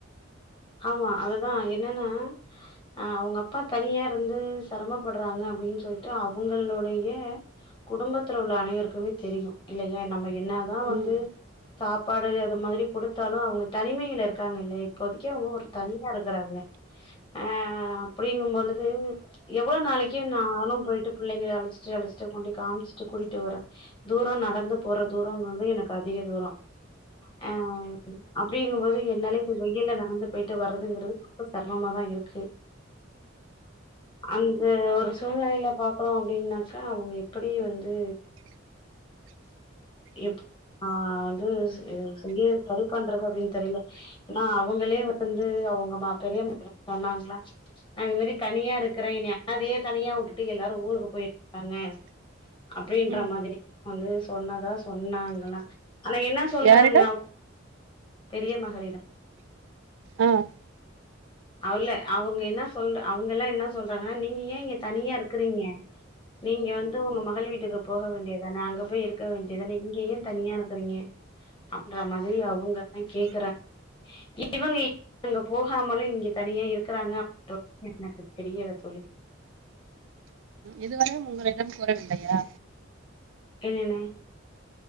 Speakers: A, on the left; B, on the right.
A: ஆமா அதுதா என்னன்னா அ அவ்ங்க அப்பா தனியா இருந்து சிரமப்படுறாங்க அப்டின்னு சொல்ட்டு அவுங்களுடைய குடும்பத்துல உள்ள அனைவருக்குமே தெரியு இல்லையா நம்ம என்னதா வந்து
B: உம்
A: சாப் பாடு அது மாரி கொடுத்தாலு அவ்ங்க தனிமையில இருக்காங்க இல்லயா இப்போது க்கே அவ்ங்க ஒரு தனிவா இருக்கறாங்க அ அப்படிங்கம் பொழுது எவ்வளோ நாளைக்கி நானு போய்ட்டு பிள்ளைங்கள அழச்சிட்டு அழச்சிட்டு கொண்டு காமிச்சுட்டு கூட்டிட்டு வரே தூரோ நடந்து போற தூரோ ன்னோவே எனக்கு அதிக தூரோ அ அப்படிங்கம்போது என்னாலயே கப்ப வெயில்ல வந்து போய்ட்டு வர்றதுங்கிறது ரொம்ப சிரமம்மாதா இருக்கு அந்த ஒரு சூழ்நிலையில பாக்குறோ அப்டின்னாக்கா அவ்ங்க எப்புடி வந்து எப் ஆ வந்து செய்ய சரி பண்றது அப்டின்னு தெரியில ஏனா அவுங்களே வந்து அவங்க மா பெரியமா சொன்னாங்ளா அது மாரி தனியா இருக்கறே ஞ அழவே தனியா வுட்டுட்டு எல்லாரு ஊருக்கு போயிருக்காங்க அப்படின்ற
B: உம்
A: மாதிரி வந்து சொன்னாதா சொன்னாங்ல்லா ஆனா என்ன சொல்றாங்க
B: யாரிடம்
A: அவ் பெரிய மகளிடம்
B: ஆஹ்
A: அல்ல அவங்க என்ன சொல்ற அவங்க எல்லா என்ன சொல்றாங்கன்னா நீங்க ஏ இங்க தனியா இருக்குறீங்க நீங்க வந்து உங்க
B: உம்
A: மகள் வீட்டுக்கு போக வேண்டியதானே அங்க போய் இருக்க வேண்டி தான இங்கயே தனியா இருக்கிறீங்க அப்பன்ற மாதிரி அவங்கல்லா கேக்குறாங்க இப இவங்கி அங்க போகாமலு இங்க தனியா இருக்கறாங்க அப்போ என்னனு தெரியற தொழி
B: இதுவரையும் உங்களிடம் கூறவில்லையா
A: என்னன்னே